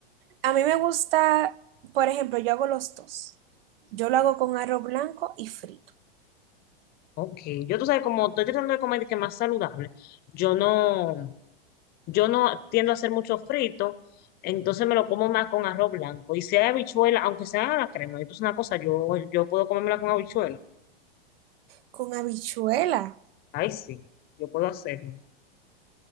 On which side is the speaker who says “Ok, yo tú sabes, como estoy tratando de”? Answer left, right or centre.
Left